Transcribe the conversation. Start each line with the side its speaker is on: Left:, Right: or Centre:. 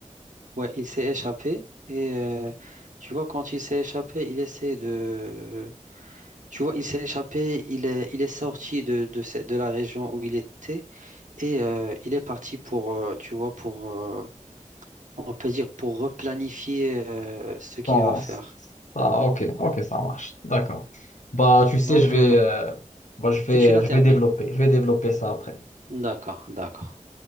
Right: Ouais, il s'est échappé. Et euh, tu vois, quand il s'est échappé, il essaie de. Tu vois, il s'est échappé. Il est, il est sorti de, de, cette- de la région où il était. Et euh, il est parti pour, euh, tu vois, pour, euh, on peut dire pour replanifier euh, ce qu'il
Left: Non,
Right: va faire.
Left: c- ah, ok, ok, ça marche. D'accord. Bah, tu sais,
Right: Donc,
Left: je vais,
Right: euh,
Left: euh, bah, je vais,
Right: et tu la
Left: je
Right: termines.
Left: vais développer. Je vais développer ça après.
Right: D'accord, d'accord.